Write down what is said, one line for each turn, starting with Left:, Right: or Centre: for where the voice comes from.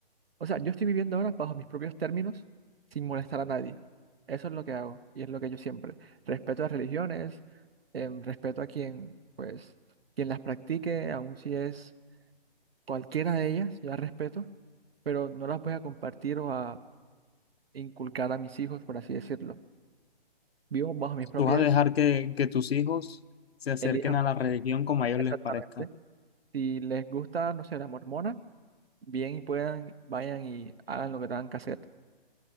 Right: o sea, yo estoy viviendo ahora bajo mis propios términos, sin molestar a nadie. Eso es lo que hago y es lo que yo siempre. Respeto las religiones, em, respeto a quien, pues, quien las practique, aun si es cualquiera de ellas, yo las respeto, pero no las voy a compartir o a inculcar a mis hijos, por así decirlo. Vivo bajo mis propias,
Left: ¿Tú vas a dejar que, que tus hijos se acerquen
Right: elijan
Left: a
Right: por
Left: la religión
Right: sí mismos.
Left: como
Right: <laughs>
Left: a ellos
Right: Exactamente.
Left: les parezca?
Right: Si les gusta, no sé, la mormona, bien y puedan, vayan y hagan lo que tengan que hacer.